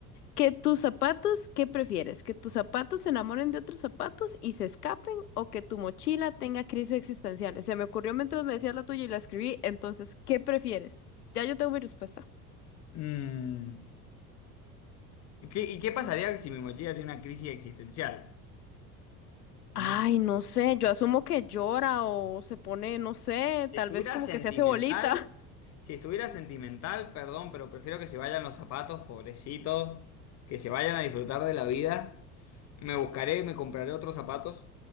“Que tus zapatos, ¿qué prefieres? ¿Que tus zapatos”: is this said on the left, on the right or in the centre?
Left